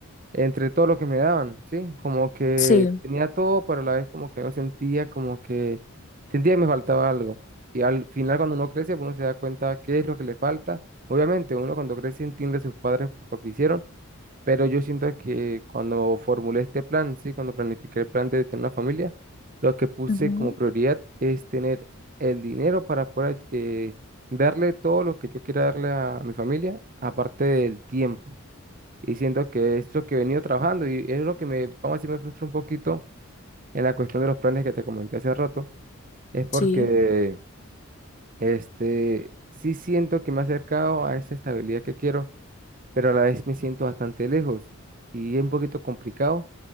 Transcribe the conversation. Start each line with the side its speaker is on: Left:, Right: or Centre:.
Right: entre todo lo que me daban, ¿sí? Como que
Left: sí,
Right: tenía todo, pero a la vez como que no sentía, como que sentía que me faltaba algo. Y al final cuando uno crece, uno se da cuenta qué es lo que le falta. Obviamente, uno cuando crece entiende a sus padres por lo que hicieron, pero yo siento que cuando formulé este plan, ¿sí? Cuando planifiqué el plan de tener una familia, lo que puse
Left: ujú,
Right: como prioridad es tener el dinero para poder eh, darle todo lo que yo quiera darle a mi familia, aparte del tiempo y siento que es lo que he venido trabajando y es lo que me, vamos a decir, me frustra un poquito en la cuestión de los planes que te comenté hace rato, es porque
Left: sí,
Right: este, sí siento que me he acercado a esa estabilidad que quiero, pero a la vez me siento bastante lejos y es un poquito complicado.